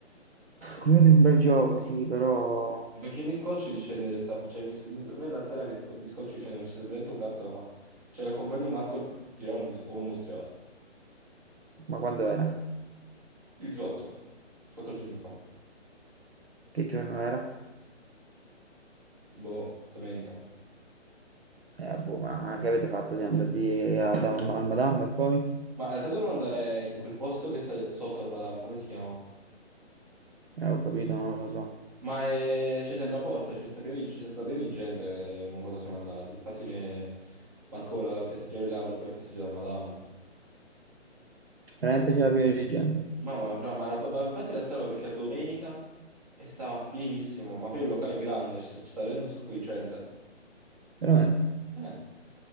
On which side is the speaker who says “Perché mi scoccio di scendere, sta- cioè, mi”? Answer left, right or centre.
Right